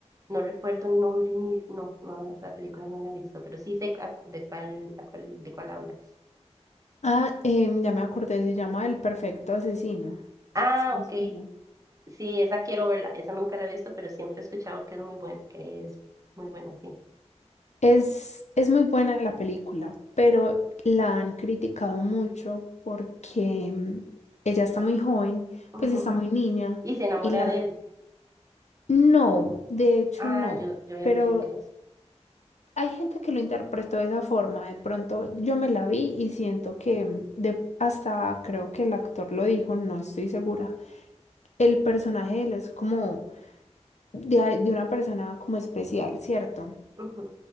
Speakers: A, on the right; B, on the left.
A: no recuerdo el nombre ni, no, no, esa película no la he visto, pero sí sé a- de cuál, a cuál- de cuál hablas.
B: Ah, em, ya me acordé, se llama El Perfecto Asesino.
A: Ah,
B: Sí,
A: ok,
B: sí,
A: sí, esa quiero verla, esa nunca la he visto, pero siempre he escuchado que es muy buena, que es muy buena, sí.
B: Es, es muy buena la película, pero la han criticado mucho porque mm, ella está muy joven,
A: Ujú.
B: pues está muy niña
A: Y se enamora
B: y la...
A: de él.
B: No, de hecho
A: Ah,
B: no,
A: yo, yo había
B: pero
A: leído que es.
B: hay gente que lo interpretó de esa forma. De pronto yo me la vi y siento que mm, de, hasta creo que el actor lo dijo, no estoy segura. El personaje de él es como de, a- de una persona como especial, ¿cierto?
A: Ujú.